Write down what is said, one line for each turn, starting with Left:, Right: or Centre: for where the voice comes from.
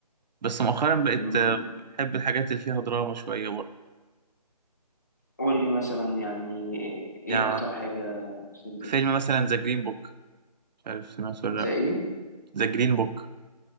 Right: بس مؤخرا بقيت
Left: مم.
Right: آه، بحب الحاجات اللي فيها دراما شويه برضه
Left: قول لي مثلا يعني ايه
Right: يعني
Left: اكتر حاجة شدتك
Right: فيلم مثلا ذا جرين بوك مش عارف سمعته
Left: زي
Right: ولا لا
Left: ايه
Right: ذا جرين بوك